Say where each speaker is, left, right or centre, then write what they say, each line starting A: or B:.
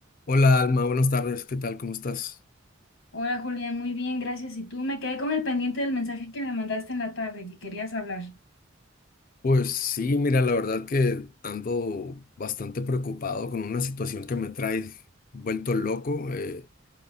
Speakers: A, on the left; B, on the left.
A: Hola Alma, buenas tardes, ¿qué tal? ¿Cómo estás?
B: Hola Julián, muy bien, gracias. Y tú me quedé con el pendiente del mensaje que me mandaste en la tarde, que querías hablar.
A: Pues sí, mira, la verdad que ando bastante preocupado con una situación que me trae vuelto loco, eh,